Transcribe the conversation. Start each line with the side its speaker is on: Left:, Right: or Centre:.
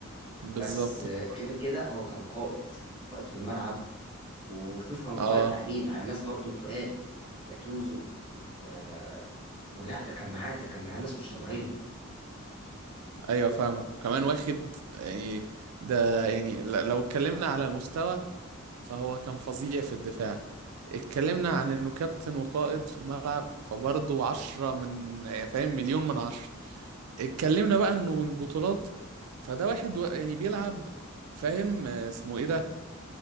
Right: بالظبط
Left: بس آه،
Right: هو
Left: غير كده هو كان قائد قائد في الملعب وشوف كان
Right: اه
Left: قائد على مين على ناس برضو تقال جاتوزو و... ولا ده كان معاه ده كان معاه ناس مش طبيعيه
Right: ايوه فاهمك وكمان واخد يعني ده يعني ل- لو اتكلمنا على المستوى فهو كان فظيع في الدفاع اتكلمنا عن انه كابتن وقائد في الملعب فبرضه عشرة من يعني فاهم مليون من عشرة اتكلمنا بقى انه البطولات فده واحد و- يعني بيلعب فاهم آه، اسمه ايه ده